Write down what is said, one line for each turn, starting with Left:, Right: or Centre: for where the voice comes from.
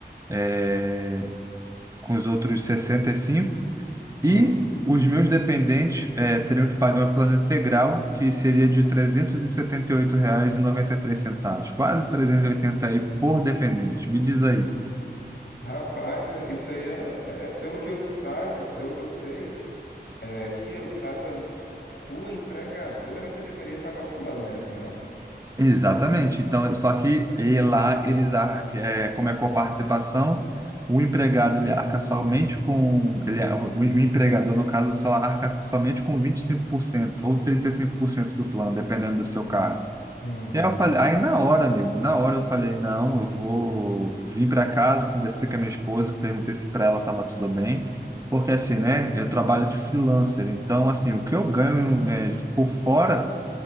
Right: eh, com os outros sessenta e cinco por cento
Left: Hum.
Right: e os meus dependentes eh, teriam que pagar um plano integral que seria de trezentos e e e e setenta oito reais e noventa e três centavos quase 380 aí por dependente. Me diz aí,
Left: Rapaz, é- isso aí ela, é, é, pelo que eu saiba, pelo que eu sei, é que eu saiba, o empregador era que deveria pagar o plano, né? Assim, não?
Right: Exatamente. Então, só que e lá eles arcam, é, como é coparticipação, o empregado ele arca somente com, ele, é, o, o empregador, no caso, só arca somente com 25% ou 35% do plano, dependendo do seu cargo.
Left: Uhum.
Right: E aí eu falei, aí na hora, amigo, na hora eu falei, não, eu vou vir para casa, conversei com a minha esposa, perguntei se para ela estava tudo bem, porque assim, né, eu trabalho de freelancer, então assim, o que eu ganho é, por fora